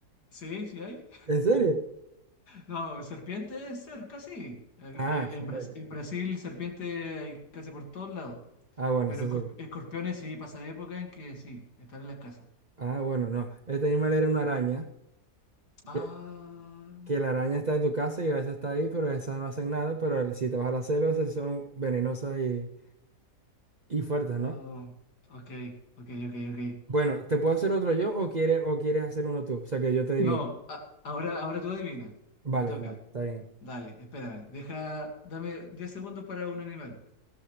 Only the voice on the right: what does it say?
¿en serio?
Ah, en serio.
Ah, bueno,
eso
sí.
Ah, bueno, no. Este animal era una araña,
que, que la araña está en tu casa y a veces está ahí, pero esas no hacen nada, pero el- si te vas a la selva, esas sí son venenosas y, y fuertes,
¿no?
Bueno, ¿te puedo hacer otro yo o quieres, o quieres hacer uno tú? O sea, que yo te adivine.
Vale,
dale, está bien.